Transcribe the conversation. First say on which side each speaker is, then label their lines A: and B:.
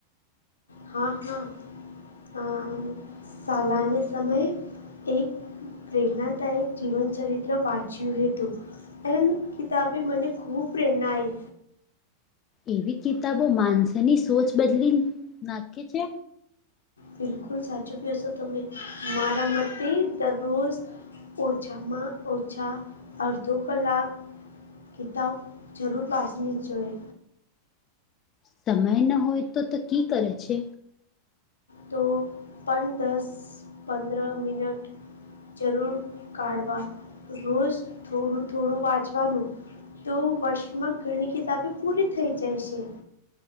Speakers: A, on the left; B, on the left.
A: હા હા અ સાલાન્ય સમયે. એક પ્રેરણાદાયક જીવનચરિત્ર વાચ્યું હતું. એન કિતાબે મને ખૂબ પ્રેરણા આઈ
B: એવી કિતાબો માનસની સોચ બદલી નાખે છે.
A: બિલકુલ સાચું કેશો તમે મારા મતે દરરોજ ઓછામાં ઓછા અર્ધો કલાક કિતાબ જરૂર વાચવી જોય.
B: સમય ન હોય તો તો કી કરે છે.
A: તો પણ દસ પંદરહ મિનટ. જરૂર કાઢવા રોજ થોડું થોડું વાંચવાનું. તો વર્ષમાં ઘણી કિતાબે પૂરી થઈ જાય છે.